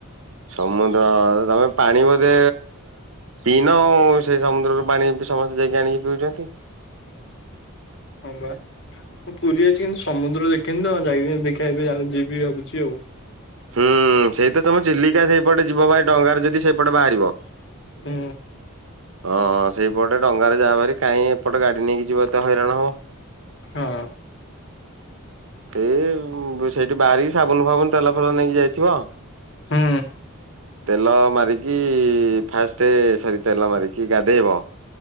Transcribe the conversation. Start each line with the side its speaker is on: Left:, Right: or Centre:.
Right: ସମୁଦ୍ର ତମେ ପାଣି ବୋଧେ ପିଇନ ଆଉ ସେଇ ସମୁଦ୍ରରୁ ପାଣି ସମସ୍ତେ ଯାଇକି ଆଣିକି ପିଉଛନ୍ତି
Left: ହଁ ବା ମୁଁ ପୁରୀ ଯାଇଛି କିନ୍ତୁ ସମୁଦ୍ର ଦେଖିନି ତ ଯାଇି ଦେଖିବା ଏବେ ଯାଉ ଯିବି ଭାବୁଚି ଆଉ।
Right: ହୁଁ ସେଇ ତ ତମ ଚିଲିକା ସେଇପଟେ ଯିବ ଭାଇ ଡଙ୍ଗାରେ ଯଦି ସେଇପଟେ ବାହାରିବ।
Left: ହୁଁ
Right: ହଁ ସେଇପଟେ ଡଙ୍ଗାରେ ଯାଓ ହେରି କାହିଁ ଏପଟେ ଗାଡ଼ି ନେଇକି ଯିବ ଏତେ ହଇରାଣ ହେବ।
Left: ହଁ।
Right: ଏ ସେଇଠି ବାହାରିକି ସାବୁନ ଫାବୁନ ତେଲ ଫେଲ ନେଇକି ଯାଇଥିବ।
Left: ହୁଁ।
Right: ତେଲ ମାରିକି ଫାଷ୍ଟ ସରି ତେଲ ମାରିକି ଗାଧୋଇ ବ।